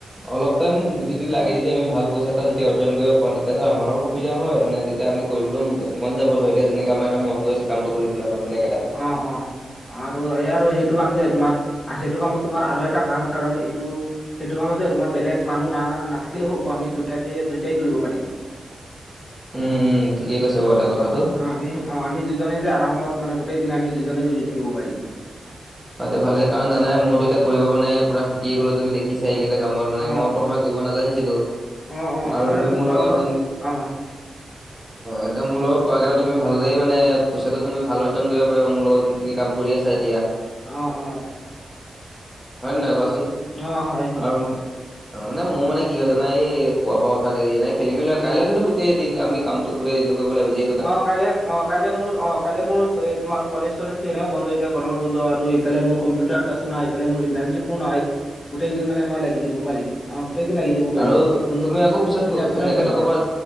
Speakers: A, in the centre; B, on the left.
A: অলপ টাইম যদি লাগে যদি আমি ভাল পইচা এটা যদি অৰ্জন কৰিব পাৰওঁ তেতিয়াাহলে আমাৰো সুবিধা হয় মানে তেতিয়া আমি কৰিবলৈও মন যাব ধ এতিয়া যেনেকে আমাৰ এ মন গৈ আছে কামটো কৰিবলৈ আমা বিলেক৷
B: অ অ আৰু এই আৰু সেইটো কাম যে তোমাৰ সেইটো কামত তোমাৰ আৰু এটা ভাল কাৰণ এইটো সেইটো কামত যে তোমাৰ বেলেগ মানুহ না নাথাকিলেও হ'ব আমি দুটাকে দুইটাই কৰিব পাৰিম৷
A: উম-উম ঠিকেই কৈছে বাৰু ত কথাটো৷
B: অ আমি অ আমি দুইজনে যে আৰামত মানে গোটেই দিন আমি দুইজনেই কৰি থাকিব পাৰিম৷
A: হয় এতিয়া ভালে কাৰণ জানাই মইতো এতিয়া কৰিব মানে পুৰা শিকিয়ে গ'লো তুমি দেখিছাই এইকেইটা কামত মানে
B: অ
A: মই প্ৰথমে কৰিব নাজানিছিলো
B: অ অ সেইকাৰণে
A: আৰু তুমি
B: তোমালোকৰ
A: মোৰ লগত যোন
B: অ
A: অ এতিয়া মোৰ লগত কোৱা কেইটা তুমি ভালেই মানে পইচাটো তুমি ভাল অৰ্জন কৰিব পাৰিবা মোৰ লগত যোন খিনি কাম কৰি আছা এতিয়া৷
B: অ - অ
A: হয় নহয় কোৱাচোন?
B: অ হয়-হয়-হয়৷
A: আৰু অ মানে মোৰ মানে কি হয় জানা এই শুৱাৰ পৰা উঠা দেৰি নে খেলি মেলি কাইলৈ কিন্তু গোটেই দিন আমি কামটো গোটেই দিনটো কৰিব লাগিব যি
B: অ কাইলে অ কাইলৈ মোৰ অফ৷ কাইলে মোৰ এ তোমাৰ কলেজ তলেজো এনেও বন্ধ এতিয়া গৰমৰ বন্ধ আৰু ইফালে মোৰ কম্পিউটাৰ ক্লাছো নাই ইফালে মোৰ ইন্তাৰ্ণশ্বিপো নাই৷ গোটেই দিন মানে মই লাগি দিব পাৰিম অ গোটেই দিন লাগি দিব পাৰিম
A: আৰু
B: কোনো
A: তুমি আকৌ পিছত
B: তুমি টেনশনে
A: এনেকে
B: নলবা৷
A: নকবা